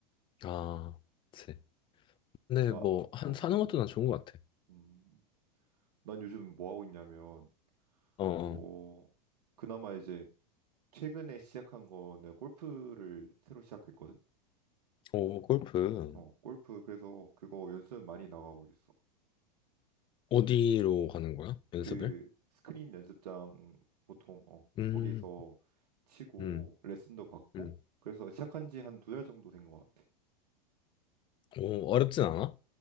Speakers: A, on the left; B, on the right.
A: 아, 그치. 근데
B: 나,
A: 뭐, 한,
B: 어,
A: 사는 것도 난 좋은 것 같아.
B: 음, 난 요즘 뭐 하고 있냐면,
A: 어, 어.
B: 어, 그나마 이제 최근에 시작한 거 내가 골프를 새로 시작했거든.
A: 오, 골프.
B: 어, 골프, 그래서 그거 연습 많이 나가고 있어.
A: 어디로 가는 거야? 연습을?
B: 그 스크린 연습장 보통, 어,
A: 음,
B: 거기서 치고
A: 음,
B: 레슨도 받고,
A: 음.
B: 그래서 시작한 지 한 두 달 정도 된 것 같아.
A: 오, 어렵진 않아?